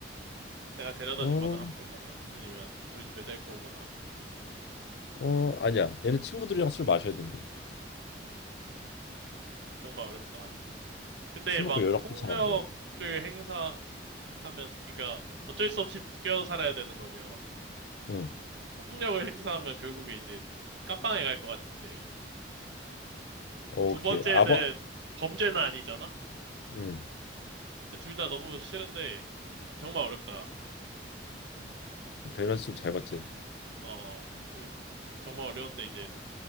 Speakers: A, on the right; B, on the left.
A: 내가 데려다
B: 어,
A: 주거나 하면 되잖아. 아니면 우리 집에 데리고 오거나.
B: 어, 아니야. 얘는 친구들이랑 술 마셔야 된대.
A: 정말 어렵다. 근데
B: 술
A: 막
B: 먹고 연락도
A: 폭력을
B: 잘 안 돼.
A: 행사, 하면, 그러니까 어쩔 수 없이 묶여 살아야 되는 거면
B: 응.
A: 폭력을 행사하면 결국에 이제 깜빵에 갈 것 같은데
B: 어,
A: 두
B: 오케이.
A: 번째는
B: 아버,
A: 범죄는 아니잖아?
B: 응.
A: 둘 다 너무 싫은데 정말 어렵다.
B: 밸런스 좀 잘 봤지.
A: 어, 이건 정말 어려운데 이제